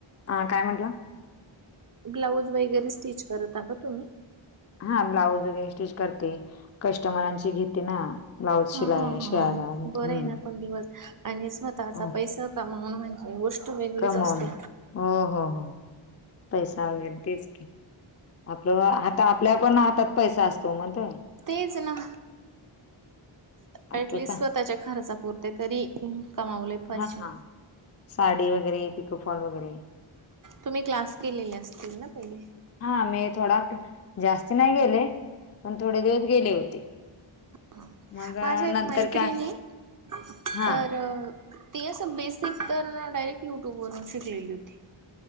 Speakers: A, on the left; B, on the right.
A: हा काय म्हटला?
B: ब्लाऊज वगैरे स्टिच करता का तुम्ही?
A: हा ब्लाऊज वगैरे स्टिच करते. कस्टमरांची घेते ना. ब्लाऊज
B: हा,
A: शिलाय
B: हा, हा,
A: शिवायला वगैरे
B: बरं
A: हं
B: आहे ना पण दिवस आणि स्वतःचा
A: हो,
B: पैसा कमावन म्हणजे गो ष्ट वेगळीच
A: कमवून
B: असते.
A: हो हो, हो. पैसा वगैरे तेच की आपलं आता आपल्या पण हातात पैसा आसतो म्हणत
B: तेच ना ऍटलीस्ट
A: आपलं का
B: त्याच्या खर्चा पुुरते तरी कमावले पाहिजे
A: हा साडी वगैरे पिकफॉल वगैरे
B: तुम्ही क्लास केलेले आसतील ना पहिले?
A: हा मी थोडा जास्ती नाय गेले पण थोडे दिवस गेले होते.
B: हा
A: मग अ,
B: माझी एक
A: नंतर
B: मैत्रिणी
A: काय
B: ये
A: हा
B: तर ती असं बेसिक करून डायरेक्ट युट्यूब वरून शिकलेली होती.